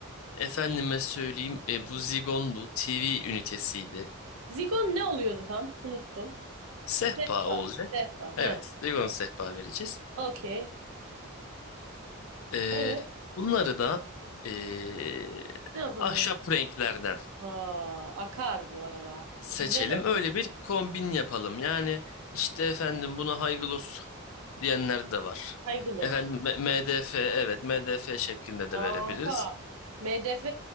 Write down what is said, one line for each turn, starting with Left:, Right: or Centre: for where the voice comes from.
Left: Efendime söyleyeyim e, bu Zigondu TV ünitesiydi.
Right: Zigon ne oluyordu tam? Unuttum.
Left: Sehpa
Right: Sehpa.
Left: olacak.
Right: Sehpa.
Left: Evet,
Right: Ha,
Left: Zigon sehpa vereceğiz.
Right: okey.
Left: Ee,
Right: Evet.
Left: bunları da ee,
Right: Ne yapalım
Left: ahşap
Right: onu?
Left: renklerden
Right: Aa, akar bu arada.
Left: seçelim.
Right: Güzel olur.
Left: Öyle bir kombin yapalım. Yani işte efendim buna high gloss diyenler de var.
Right: Kaygılos.
Left: Efendim M- MDF evet MDF şeklinde de
Right: Kanka.
Left: verebiliriz.
Right: MDF